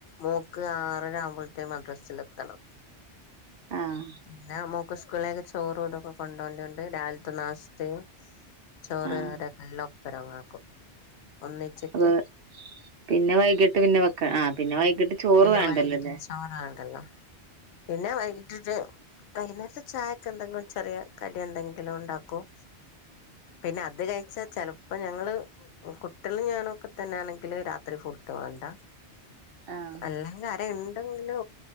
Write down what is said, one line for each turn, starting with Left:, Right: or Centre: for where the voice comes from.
Left: മോക്ക് ആറര ആവുമ്പത്തിന് മദ്രസിൽ എത്തണം
Right: ആഹ്
Left: പിന്നെ മോക്ക് സ്കൂളിലേക് ചോറും തൊക്കെ കൊണ്ടോണ്ടിയോണ്ട് രാവിൽത്തെ നാസ്ത്തയും ചോറ്
Right: ആഹ്
Left: കറി ഒക്കെ എല്ലാ ഒപ്പരങ്ങാക്കും ഒന്നിച്ചിട്ട്
Right: അപ്പൊ പിന്നെ വൈകിട്ട് പിന്നെ വെക്ക ആ പിന്നെ വൈ ഇട്ടിട്ട് ചോറ്
Left: പിന്നെ
Right: വേണ്ടല്ലോ
Left: വൈകിട്ട്
Right: ലേ
Left: ചോറാണ്ടല്ലോ പിന്നെ വൈകിട്ടിട്ട്‌ വൈന്നേരത്ത് ചായക്ക് എന്തെങ്കിലും ചെറിയ കടി എന്തെങ്കിലും ഉണ്ടാക്കും പിന്നെ അത് കഴിച്ച ചെലപ്പോ ഞങ്ങള് കുട്ടികള് ഞാനൊക്കെ തന്നെയാണെങ്കിൽ രാത്രി ഫുട് വാണ്ട
Right: ആഹ്
Left: എല്ലാം കാര്യ ഇൻ എന്ങ്കിലോ